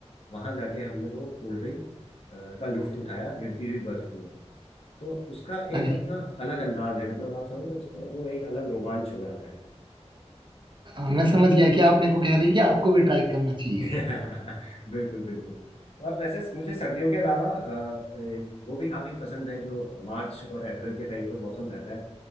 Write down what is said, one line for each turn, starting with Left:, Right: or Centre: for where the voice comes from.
Left: वहां जाके हमने वो कोल्ड ड्रिंक का लुफ्त उठाया गिरती हुई बर्फ में तो उसका
Right: अरे
Left: एक अपना अलग अंदाज है मतलब आप समझ रहे हो उसका वो एक अलग रोमांच हो जाता है
Right: अ, मैं समझ गया कि आप मेरे को कह रहे हैं कि आपको भी ट्राई करना चाहिए
Left: <laughs> बिल्कुल बिल्कुल और वैसे मुझे सर्दियों के अलावा अ, ए, वो भी काफी पसंद है जो मार्च और अप्रैल के टाइम पे मौसम रहता है